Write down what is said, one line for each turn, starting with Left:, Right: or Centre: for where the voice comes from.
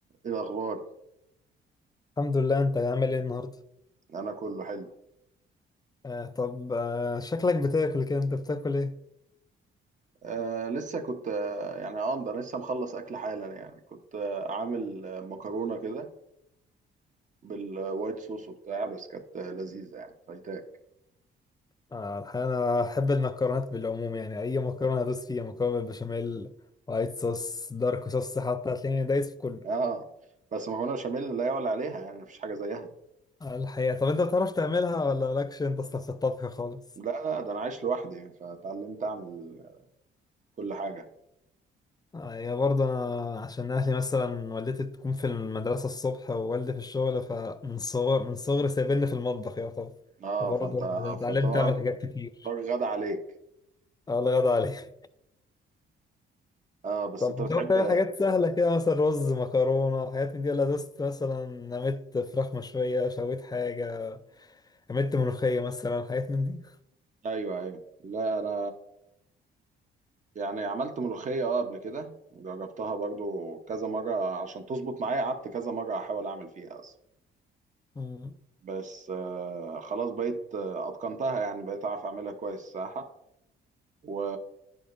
Right: ايه الاخبار
Left: الحمد لله انت عامل ايه النهارده
Right: انا كله حلو
Left: آه طب آه شكلك بتاكل كده انت بتاكل ايه
Right: آه لسه كنت آه يعني اه ده أنا لسه مخلص اكل حالا يعني كنت آه عامل آه مكرونه كده بالوايت صوص وبتاع بس كانت آه لذيذه يعني فايتاك
Left: آه الحقيقة انا احب المكرونات بالعموم يعني اي مكرونه ادوس فيها مكرونه بالبشاميل وايت صوص دارك صوص حتى هتلاقيني دايس في كله
Right: اه بس مكرونه بشاميل لا يعلى عليها يعني مفيش حاجه زيها
Left: آه الحقيقه طب انت بتعرف تعملها ولا مالكش انت اصلا في الطبخ خالص
Right: لا لا ده انا عايش لوحدي فتعلمت اعمل كل حاجه
Left: آه يا برضه انا عشان اهلي مثلا والدتي بتكون في المدرسه الصبح ووالدي في الشغل فمن صغر من صغري سايبني في المطبخ يا طبعا
Right: اه
Left: فبرضه
Right: فانت
Left: اتعلمت
Right: فطار
Left: اعمل حاجات كتير
Right: فطار غدا عليك
Left: آه، الله يرضى عليك
Right: اه بس
Left: طب
Right: انت
Left: انت
Right: بتحب
Left: ممكن تعمل حاجات سهلة كده مثلا رز مكرونة حاجات من دي ولا دوست مثلا عملت فراخ مشوية شويت حاجة عملت ملوخية مثلا حاجات من دي
Right: ايوه ايوه لا انا يعني عملت ملوخية اه قبل كده جربتها برضو كذا مرة عشان تظبط معايا قعدت كذا مرة أحاول أعمل فيها أصلا
Left: مم.
Right: بس آه خلاص بقيت آه أتقنتها يعني بقيت أعرف أعملها كويس الصراحة و...